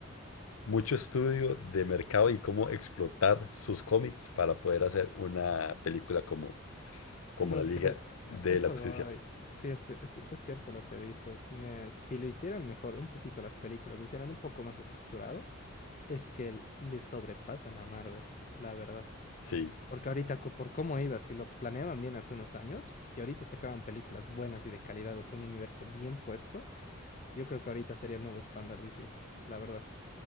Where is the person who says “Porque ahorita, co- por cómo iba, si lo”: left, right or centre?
Left